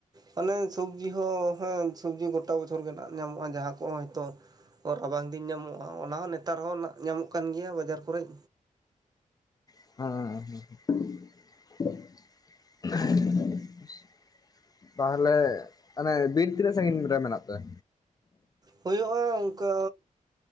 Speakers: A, on the right (about 30°); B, on the left (about 30°).
A: ᱢᱟᱱᱮ ᱥᱚᱵᱡᱤ ᱦᱚᱸ ᱦᱮᱸ ᱥᱚᱵᱽᱡᱤ ᱜᱚᱴᱟ ᱵᱚᱪᱷᱚᱨ ᱜᱮ ᱱᱟᱦᱜ ᱧᱟᱢᱚᱜᱼᱟ ᱡᱟᱦᱟᱸ ᱠᱚᱸ ᱦᱳᱭᱛᱚ ᱨᱟᱵᱟᱝ ᱫᱤᱱ ᱧᱟᱢᱚᱜᱼᱟ ᱚᱱᱟ ᱦᱚᱸ ᱱᱮᱛᱟᱨ ᱦᱚᱸ ᱱᱟᱦᱜ ᱧᱟᱢᱚᱜ ᱠᱟᱱ ᱜᱮᱭᱟ ᱵᱟᱡᱟᱨ ᱠᱚᱨᱮᱫ
B: ᱦᱮᱸ ᱦᱮᱸ ᱛᱟᱦᱚᱞᱮ ᱚᱱᱮ ᱵᱤᱨ ᱛᱱᱟᱹᱜ ᱥᱟᱹᱜᱤᱧ ᱨᱮ ᱢᱮᱱᱟᱜ ᱯᱮᱭᱟ
A: ᱦᱩᱭᱩᱜᱼᱟ ᱚᱱᱠᱟ